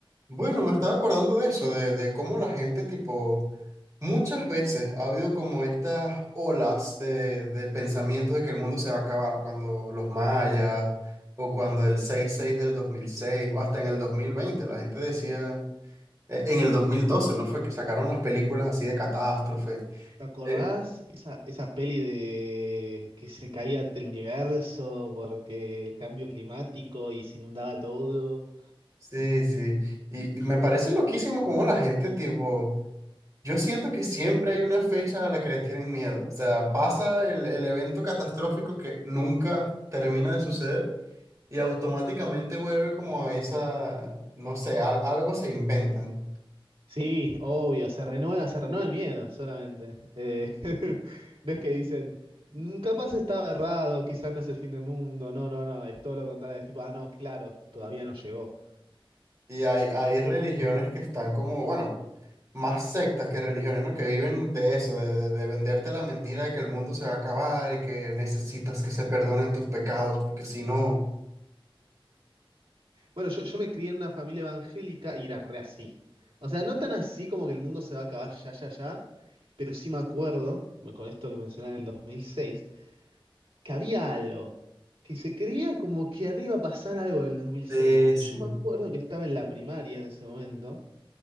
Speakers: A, on the right (about 35°); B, on the right (about 80°).
A: Bueno, me estaba acordando de eso, de, de cómo la gente, tipo, muchas veces ha habido como estas olas de, de pensamiento de que el mundo se va a acabar, cuando los mayas, o cuando el seis seis del 2006, o hasta en el 2020, la gente decía, eh, en el 2012, ¿no? Fue que sacaron las películas así de catástrofe.
B: ¿Te acordás
A: Eh,
B: esa, esa peli de que se caía el universo porque el cambio climático y se inundaba todo?
A: Sí, sí, y y me parece loquísimo cómo la gente, tipo... Yo siento que siempre hay una fecha a la que le tienen miedo. O sea, pasa el, el evento catastrófico que nunca termina de suceder y automáticamente vuelve como a esa, no sé, al- algo se inventan.
B: Sí, obvio, se renueva, se renueva el miedo solamente. Eh, <laughs> no es que dicen, "Mm, capaz estaba errado, quizás no es el fin del mundo. No, no, no, es todo lo contrario. Es tipo, ah, no, claro, todavía no llegó.
A: Y hay, hay religiones que están como, bueno, más sectas que religiones, ¿no? Que viven de eso, de, de- de venderte la mentira de que el mundo se va a acabar y que necesitas que se perdonen tus pecados, porque si no...
B: Mm. Bueno, yo, yo me crié en una familia evangélica y era re así. O sea, no tan así como que el mundo se va a acabar ya, ya, ya, pero sí me acuerdo, bueno, con esto que mencionaba en el 2006, que había algo, que se creía como que a mí iba a pasar algo del 2006.
A: Sí,
B: Y
A: sí.
B: yo me acuerdo que estaba en la primaria en ese momento,